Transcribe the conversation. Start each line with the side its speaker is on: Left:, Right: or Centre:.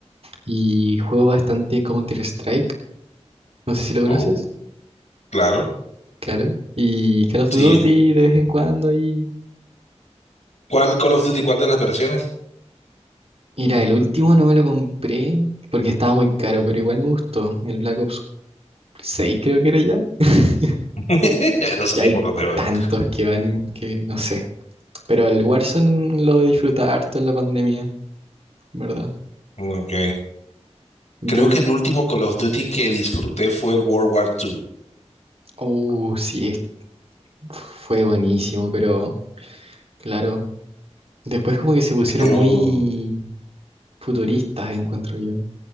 Right: Y juego bastante Counter-Strike, no sé si lo conoces,
Left: Oh, claro,
Right: claro. Y Call of
Left: sí.
Right: Duty de vez en cuando y...
Left: ¿Cuál Call of Duty, cuál de las versiones?
Right: Mira, el último no me lo compré porque estaba muy caro, pero igual me gustó. El Black Ops 6 creo que era ya. <laughs>
Left: <laughs> No sé
Right: Y
Left: ni
Right: hay
Left: por dónde van.
Right: tantos que van que no sé. Pero el Warzone lo disfruté harto en la pandemia, ¿verdad?
Left: Ok.
Right: ¿Y
Left: Creo
Right: tú?
Left: que el último Call of Duty que disfruté fue el World War II,
Right: Oh, sí, es- fue buenísimo, pero claro. Después como que se pusieron
Left: pero
Right: muy futuristas, encuentro yo.